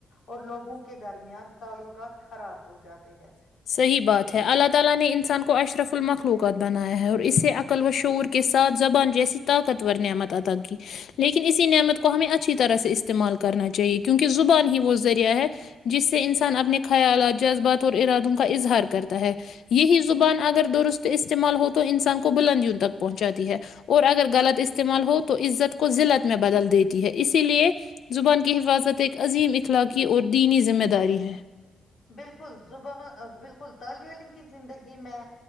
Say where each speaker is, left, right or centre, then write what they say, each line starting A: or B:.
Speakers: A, on the left (about 50°); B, on the left (about 65°).
A: اور لوگوں کے درمیان تعلقات خراب ہو جاتے ہیں
B: <inaudible> کا اظہار کرتا ہے یہی زبان اگر درست استعمال ہو تو انسان کو بلندیوں تک پہنچاتی ہے اور اگر غلط استعمال ہو تو عزت کو ذلت میں بدل دیتی ہے اسی لیے زبان کی حفاظت ایک عظیم اخلاقی اور دینی ذمہ داری ہے
A: بالکل زباں بالکل طالب علم کی زندگی میں